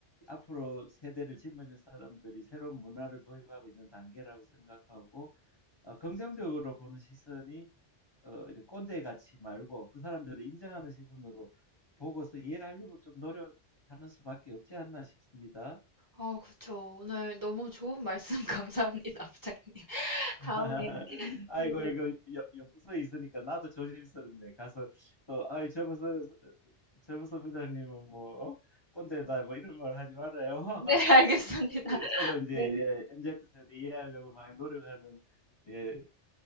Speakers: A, on the left (about 35°); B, on the right (about 25°).
A: 앞으로 세대를 짊어질 사람들이 새로운 문화를 도입하고 있는 단계라고 생각하고 어, 긍정적으로 보는 시선이 어, 이렇게 꼰대 같이 말고 그 사람들을 인정하는 시선으로 보고서 이해하려고 좀 노력하는 수밖에 없지 않나 싶습니다.
B: 어, 그쵸. 오늘 너무 좋은 말씀 <laughs> 감사합니다, 부장님.
A: <laughs>
B: 다음에
A: 아이고
B: 네.
A: 이거 옆, 옆 부서에 있으니까 나도 조심스럽네. 가서 또 아이 저 부서 저 부서 부장님은 뭐 어? 꼰대다 뭐 이런 말 하지 말아요.
B: 네,
A: <laughs>
B: <laughs> 알겠습니다.
A: 저도 저도 이제
B: 네.
A: 예, MZ 세대 이해하려고 많이 노력하는 예,